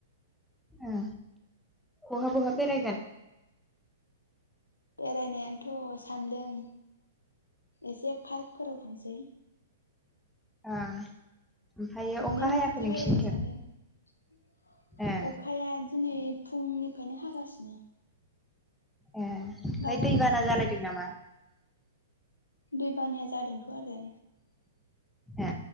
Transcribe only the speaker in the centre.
ओं बहा बहा बेरायगोन?
ओ ओमफ्रायो
अखा
हायाखै नोंसिनिथिं
ए
ए ओमफाय
दैबाना जालायदों नामा?
ए